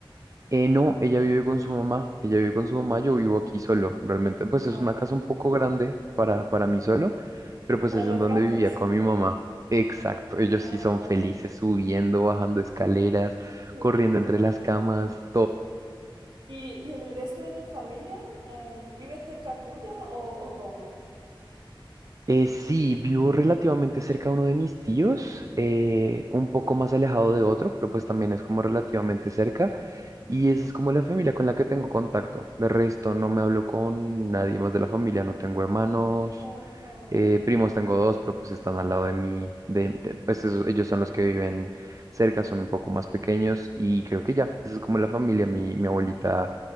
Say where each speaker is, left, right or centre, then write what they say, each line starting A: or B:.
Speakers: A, on the right; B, on the right.
A: Eh, no, ella vive con su mamá, ella vive con
B: Ah,
A: su mamá, yo vivo aquí solo, realmente pues
B: vale.
A: es una casa un poco grande para, para mí solo, pero pues
B: Para
A: es
B: los
A: en donde
B: gatos.
A: vivía con
B: <laughs>
A: mi mamá. Exacto, ellos
B: Vale,
A: sí son
B: vale.
A: felices subiendo, bajando escaleras,
B: Qué
A: corriendo
B: bueno.
A: entre las camas,
B: ¿Y, y el resto de tu familia em, vive cerca tuya o, o cómo?
A: Eh, sí, vivo relativamente cerca de uno de mis tíos, eh, un poco más alejado de otro, pero pues también es como relativamente cerca. Y esa es como la familia con la que tengo contacto. De resto, no me hablo con nadie más de la familia, no tengo hermanos,
B: Oh, ah, vale.
A: eh, primos tengo dos, pero pues están al lado de mí. De, de- pues esos- ellos son los que viven cerca, son un poco más pequeños y creo que ya, esa es como la familia. Mi, mi abuelita